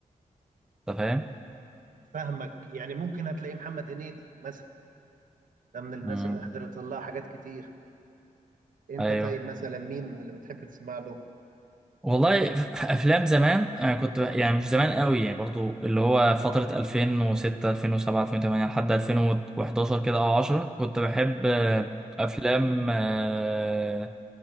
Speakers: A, in the centre; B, on the right (about 70°).
A: انت فاهم
B: فاهمك يعني ممكن هتلاقي محمد هنيدي مثلا ده من الناس
A: مم.
B: اللي حضرت لها حاجات كتير انت
A: ايوه
B: طيب مثلا مين اللي بتحب تسمع له
A: والله ف- في افلام زمان انا كنت ب- يعني مش زمان قوي يعني برضو اللي هو فترة 2006 2007 2008 لحد 2011 كده او 10 كنت بحب آه، افلام آه،